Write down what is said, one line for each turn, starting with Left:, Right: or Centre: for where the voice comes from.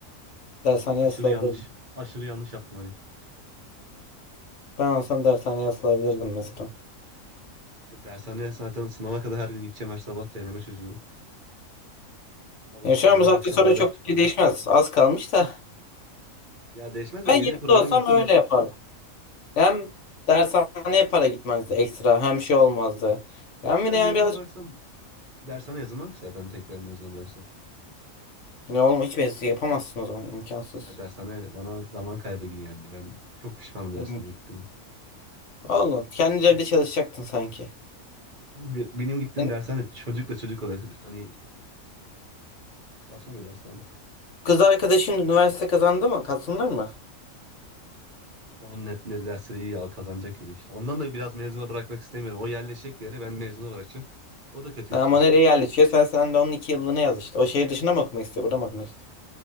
Left: Dershaneye
Right: Hani aşırı
Left: asılabilirdim.
Right: yanlış, aşırı yanlış yaptım hani.
Left: Ben olsam dershaneye asılabilirdim mesela.
Right: İşte dershaneye zaten sınava kadar her gün gideceğim, her sabah deneme çözüyorum. Sabah
Left: Ya şu
Right: deneme,
Left: an bu saatten
Right: akşamları
Left: sonra
Right: da
Left: çok
Right: kütüphane.
Left: bir şey değişmez. Az kalmış da.
Right: Ya değişmez de
Left: Ben yerinde
Right: yeni program
Left: olsam
Right: yaptım.
Left: öyle
Right: Mec-
Left: yapardım. Hem dershaneye para gitmezdi ekstra hem şey olmazdı.
Right: yani
Left: Hem
Right: tekrar
Left: bir de yani
Right: mezunu
Left: birazcık
Right: bıraksam dershane yazamam ki zaten tekrar mezunu bıraksam.
Left: ne olma hiç mevzu yapamazsın o zaman imkansız.
Right: Ya dershane bana zaman kaybı gibi geldi. Ben çok pişmanım dershaneye
Left: İm-
Right: gittim.
Left: Allah kendi evde
Right: Ah,
Left: çalışacaktın sanki.
Right: Hani be- benim gittiğim
Left: Yani
Right: dershane çocukla çocuk oluyor. Hani saçma bir dershane.
Left: kız arkadaşın üniversite kazandı mı? Kazanır mı?
Right: On net netleri dersleri iyi al kazanacak gibi işte. Ondan da biraz mezuna bırakmak istemiyorum. O yerleşecek bir yere ben mezuna bırakacağım. O da kötü
Left: Ha,
Right: bir şey
Left: Ama
Right: işte.
Left: nereye yerleşiyor? Sen, sen de onun iki yıllığını yaz işte. O şehir dışında mı okumak istiyor? Burada mı okumak istiyor?